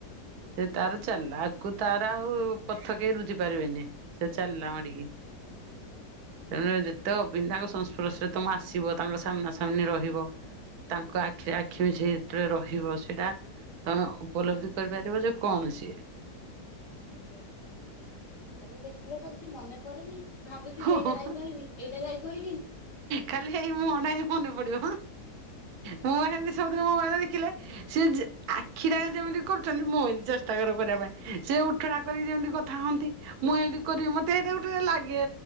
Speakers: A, on the right; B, on the left.
A: ସେ ତାର ଚାଲିଲା ଆକୁ ତାର ଆଉ ପଥ କେହି ରୁଝି ପାରିବେନି। ସେ ଚାଲିଲା ମାଡ଼ିକି।
B: ଆଜ୍ଞା
A: ତେଣୁ ତ ଅବିନ୍ଦାଙ୍କ ସଂସ୍ପର୍ଶରେ ତମ ଆସିବ ତାଙ୍କ ସାମ୍ନା ସାମ୍ନି ରହିବ। ତାଙ୍କ ଆଖିରେ ଆଖି ମିଶେଇକି ଯେତେବେଳେ ରହିବ ସେଇଟା ତମେ ଉପଲବ୍ଧି କରିବାର। କଣ ସିଏ?
B: ଆଜ୍ଞା ତାଙ୍କୁ ଦେଖିଲେ ତ କିଛି ମନେ ପଡ଼େନି। ଭାବୁଥିବେ
A: ହୋ
B: ଏଇଟା
A: ହୋ
B: ଯାଈ କହିବି ଏଇଟା ଯାଇ କହିବି।
A: ଖାଲି ହେଇ ମୁହଁଟା ହିଁ ମନେ ପଡିବ ମୁଁ ଏତି ସବୁଦିନ ମୋବାଇ ଦେଖିଲେ। ସେ ଆଖିଟା ଯେମିତି କରୁଛନ୍ତି ମୋ ଏ ଚେଷ୍ଟା କର କରିବା ପାଇଁ ସେ ଉଠଡା କରିକି ଯେମିତି କଥା ହୁଅନ୍ତି ମୁଁ ଏଇଠି କରିବି ମତେ ଏଇଟା ଗୋଟେ ଲାଗେ।